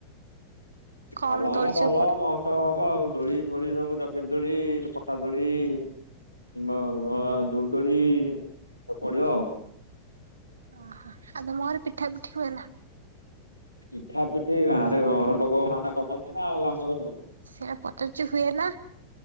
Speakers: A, on the right; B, on the left.
A: କଣ
B: ଭଲ ମାନେ
A: ଦୋଳି
B: ଭଲ
A: ସବୁ ପଡେ?
B: ମହୋତ୍ସବ ହବ ଆଉ ଦୋଳି ଫୋଳି ସବୁ ଚକିର ଦୋଳି ପଟା ଦୋଳି <unintelligible> ଦୋଳିଦୋଳି ସବୁ ପଡିବ ଆଉ।
A: ଓହୋ ଆଉ ତମ ଘରେ ପିଠା ପିଠି ହୁଏ ନା।
B: ପିଠା ପିଠି ଗାଁ ରେ ଘର ଲୋକ ମାନେ କରନ୍ତି ନା ଆଉ ଆମେ କରିବୁ।
A: ସେୟା ପଚାରୁଚି ହୁଏ ନା।